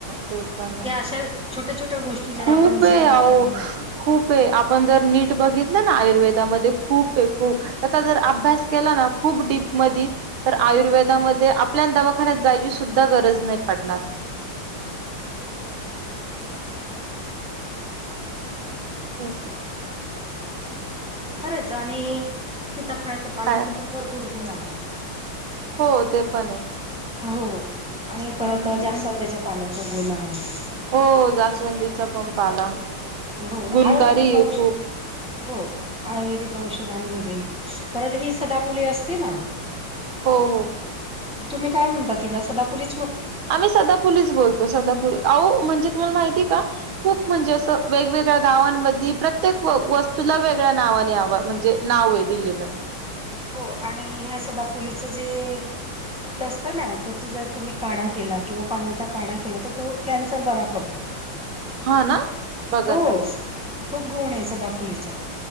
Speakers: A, on the right (about 75°); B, in the centre.
A: ते पण
B: या अशा छोट्या छोट्या गोष्टी जर
A: खूप
B: आपण
A: आहे
B: जीवनात
A: अहो
B: आणल्या
A: खूप आहे आपण जर नीट बघितलं ना आयुर्वेदामध्ये खूप आहे खूप त्याचा जर अभ्यास केला ना खूप डीप म तर आयुर्वेदामध्ये आपल्या दवाखान्यात जायची सुद्धा गरज नाही पडणार
B: हम्म
A: अ
B: खरंच आणि सीताफळाच पाल्याचं
A: काय
B: पण भरपूर गुण आहे
A: हो ते पण आहे
B: हो आणि परत
A: हम्म.
B: जास्त अंल्याच्या पाल्याचा गोला आहे
A: हो जास्वंदीचा पंप आला
B: हो
A: गुणकारी
B: आयुर्वेदिक
A: आहे
B: औषध
A: खूप
B: हो आयुर्वेदिक औषधांमध्ये परत ही सदा फुले असते ना,
A: हो हो
B: तुम्ही काय म्हणता? तिला सदाफुली
A: आम्ही सदापुलीच बोलतो सदापुली आओ म्हणजे तुम्हाला माहिती का खूप म्हणजे असं वेगवेगळ्या गावांमध्ये प्रत्येक व वस्तूला वेगळ्या नाव म्हणजे नावे दिलेल
B: हो आणि ह्या सदाफुलीच जे फूल असत ना त्याची जर तुम्ही काढा केला किंवा पाण्याचा काढा केला तर तो कॅन्सर बरा करतो
A: हा ना बघा
B: हो
A: तर
B: खूप गुण आहे सदाफुलीचा